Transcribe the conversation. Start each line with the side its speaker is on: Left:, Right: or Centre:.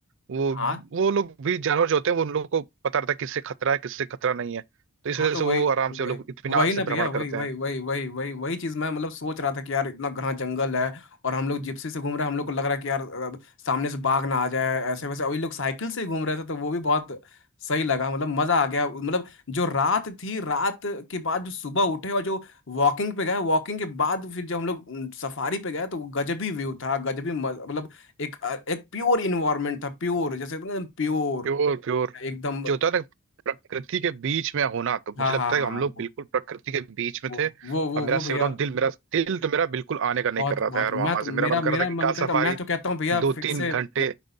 Right: वो
Left: हाँ
Right: वो वो लोग भी जानवर जो होते हैं वो उन लोग को पता रहता है किससे खतरा है किससे खतरा नहीं है तो इस
Left: हाँ
Right: वजह
Left: तो
Right: से वो
Left: वही
Right: आराम
Left: वही
Right: से वो लोग इत्मीनान
Left: वही
Right: से
Left: ना
Right: भ्रमण
Left: भैया वही
Right: करते
Left: वही
Right: हैं
Left: वही वही वही वही चीज मैं मतलब सोच रहा था कि यार इतना घना जंगल है और हम लोग जिप्सी से घूम रहे हैं हम लोग को लग रहा है कि यार अ, सामने से बाघ ना आ जाए ऐसे वैसे वही लोग साइकिल से ही घूम रहे थे तो वो भी बहुत सही लगा मतलब मजा आ गया मतलब जो रात थी रात के बाद जो सुबह उठे और जो वॉकिंग पे गए वॉकिंग के बाद फिर जब हम लोग सफारी पे गए तो वो गजबी व्यू था गजबी मज- मतलब एक एक प्योर इन्वायरमेंट था प्योर जैसे प्योर
Right: प्योर प्योर
Left: एकदम
Right: जो होता है ना प्रकृति के बीच में होना तो
Left: हाँ
Right: मुझे लगता
Left: हाँ
Right: है
Left: हाँ
Right: कि हम लोग बिल्कुल प्रकृति के बीच में
Left: वो
Right: थे और
Left: वो वो
Right: मेरा
Left: वो
Right: से
Left: भैया
Right: बताऊं दिल मेरा दिल तो मेरा बिल्कुल आने का नहीं
Left: बहुत
Right: कर रहा
Left: बहुत
Right: था यार
Left: मैं
Right: वहां
Left: तो
Right: से
Left: मेरा
Right: मेरा मन
Left: मेरा
Right: कर रहा था कि
Left: मन
Right: कार
Left: करता
Right: सफारी
Left: मैं तो कहता हूँ भैया
Right: दो
Left: फिर
Right: तीन
Left: से
Right: घंटे
Left: ज-